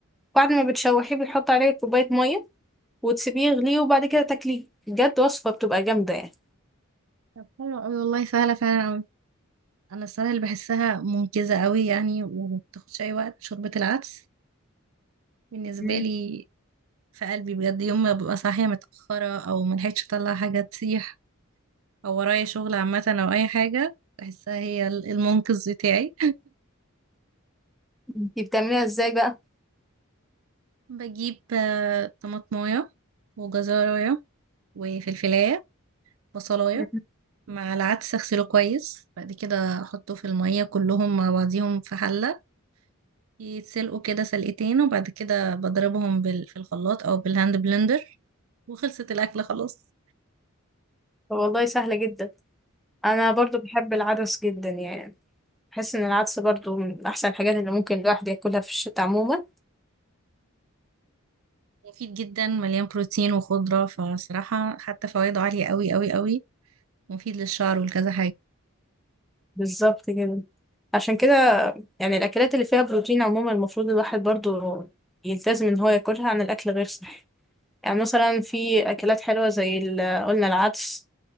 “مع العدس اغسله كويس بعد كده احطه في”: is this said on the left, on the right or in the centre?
Right